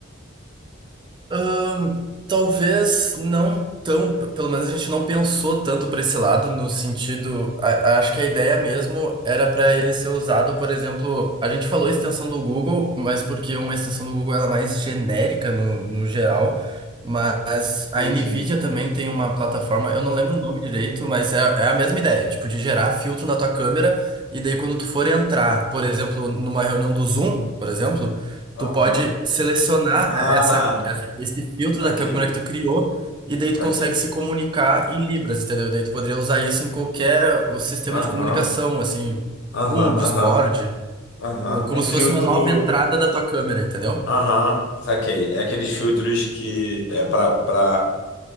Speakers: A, on the right; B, on the left.
A: Ahn, talvez não tão, p- pelo menos a gente não pensou tanto para esse lado, no sentido, a- acho que a ideia mesmo era para ele ser usado, por exemplo, a gente falou extensão do Google, mas porque uma extensão do Google ela é mais genérica no, no geral, mas a
B: Entendi.
A: NVIDIA também tem uma plataforma, eu não lembro o nome direito, mas é, é a mesma ideia, tipo, de gerar filtro na tua câmera, e daí quando tu for entrar, por exemplo, numa reunião do Zoom, por exemplo,
B: Aham.
A: Tu pode selecionar
B: Ah,
A: essa, é, esse filtro
B: saquei,
A: da câmera que tu criou e daí tu
B: saquei.
A: consegue se comunicar em Libras, entendeu? E daí tu poderia usar isso em qualquer o sistema
B: Aham,
A: de comunicação, assim,
B: aham,
A: Zoom, Discord,
B: aham, aham.
A: ou como
B: Um filtro.
A: se fosse uma nova entrada da tua câmera, entendeu?
B: Aham, saquei. É aqueles filtros que é para para